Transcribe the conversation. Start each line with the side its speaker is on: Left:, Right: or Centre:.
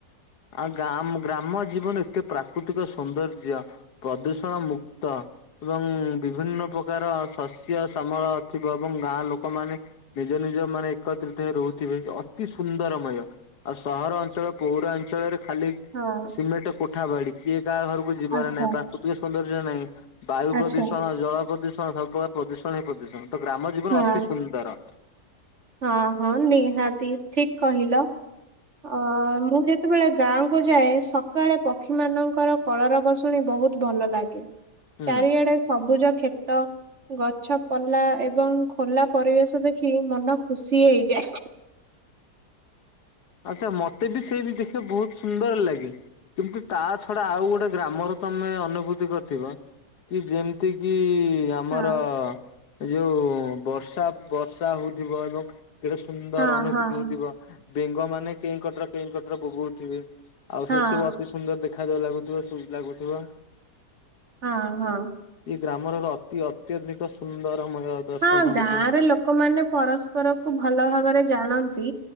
Left: ଆଉ ଗା ଗ୍ରାମ ଜୀବନ ଏତେ ପ୍ରାକୃତିକ ସୌନ୍ଦର୍ଯ୍ୟ ପ୍ରଦୂଷଣ ମୁକ୍ତ ଏବଂ ବିଭିନ୍ନ ପ୍ରକାର ଶସ୍ୟ ସାମଳ ଥିବ ଏବଂ ଗାଁ ଲୋକମାନେ ନିଜ ନିଜ ମାନେ ଏକତ୍ରିତ ହେଇ ରହୁଥିବେ ଯେ ଅତି ସୁନ୍ଦରମୟ। ଆଉ ସହର ଅଞ୍ଚଳ ପୌର ଅଞ୍ଚଳରେ ଖାଲି
Right: ହଁ
Left: ସିମେଣ୍ଟ କୋଠା ବାଡି କିଏ କାହା ଘରକୁ ଯିବାର
Right: ଆଚ୍ଛା
Left: ନାହିଁ। ପ୍ରାକୃତିକ ସୌନ୍ଦର୍ଯ୍ୟ ନାହିଁ। ବାୟୁ ପ୍ରଦୂଷଣ,
Right: ଆଚ୍ଛା
Left: ଜଳ ପ୍ରଦୂଷଣ ସବୁପକାର ପ୍ରଦୂଷଣ ହିଁ ପ୍ରଦୂଷଣ। ତ ଗ୍ରାମ ଜୀବନ
Right: ହଁ
Left: ଅତି ସୁନ୍ଦର।
Right: ହଁ ହଁ ନିହାତି ଠିକ କହିଲ। ଅ, ମୁଁ ଯେ ଯେତେବେଳେ ଗାଁକୁୁ ଯାଏ ସକାଳେ ପକ୍ଷୀ ମାନଙ୍କର କଳରାବ ଶୁଣି ବହୁତ ଭଲ ଲାଗେ।
Left: ହୁଁ।
Right: ଚାରିଆଡେ ସବୁଜ ଖେତ। ଗଛ ପଲା ଏବଂ ଖୋଲା ପରିବେଶ ଦେଖି ମନ ଖୁସି ହେଇଯାଏ।
Left: ଆଚ୍ଛା ମୋତେ ବି ସେଇ ବି ଦେଖିବା ବହୁତ ସୁନ୍ଦର ଲାଗେ। କିମୁ ତା ଛଡା ଆଉ ଗୋଟେ ଗ୍ରାମର ତୋମେ ଅନୁଭୂତି କରିଥିବ। କି ଯେମିତି କି ଆ ଆମର
Right: ହଁ
Left: ଏ ଯୋଉ ବର୍ଷା ବର୍ଷା ହଉଥିବ ଏବଂ କେଡେ ସୁନ୍ଦର
Right: ହଁ
Left: ଅନୁଭୂତି
Right: ହଁ
Left: ହଉଥିବ। ବେଙ୍ଗ ମାନେ କେଁ କଟର କେଁ କଟର ବୋବଉଥିବେ। ଆଉ
Right: ହଁ
Left: ସେ ସବୁ ଅତି ସୁନ୍ଦର ଦେଖା ଯେ ଲାଗୁଥିବ। ସୁଇଟ୍ ଲାଗୁଥିବ।
Right: ହଁ, ହଁ।
Left: ଏଇ ଗ୍ରାମର ହେଲା ଅତି ଅତ୍ୟଧିକ ସୁନ୍ଦରମୟ। ଦର୍ଶନ
Right: ହଁ ଗାଁରେ
Left: ହେଇଥିବ।
Right: ଲୋକୋମାନେ ପରସ୍ପର କୁ ଭଲ ଭାବରେ ଜାଣନ୍ତି।